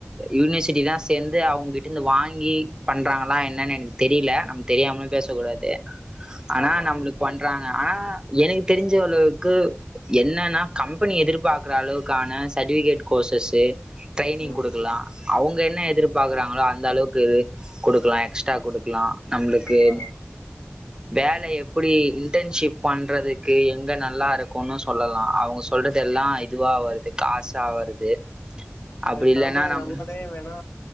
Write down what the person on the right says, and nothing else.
யூனிவர்சிட்டி தான் சேர்ந்து அவுங்ககிட்ட இருந்து வாங்கி பண்றாங்களா என்னனு எனக்கு தெரியில நம் தெரியாமலும் பேசக்கூடாது
ஆனா
நம்ளுக்கு
பண்றாங்க ஆனா எனக்கு தெரிஞ்ச அளவுக்கு என்னன்னா கம்பெனி எதிர்பாக்குற அளவுக்கான சர்ட்டிவிகேட் கோ <unintelligible> ட்ரைனிங்
குடுக்குலா அவுங்க என்ன
எதிர்பார்க்குறாங்களோ அந்த அளவுக்கு குடுக்லா எக்ஸ்ட்ரா குடுக்லா நம்ளுக்கு
வேல எப்புடி இன்டர்ன்ஷிப் பண்றதுக்கு எங்க நல்லாருக் கொன்னு சொல்லலா அவுங்க சொல்றது எல்லா இதுவா வருது காசா வருது அப்டி
இல்லேன்னா நம்ம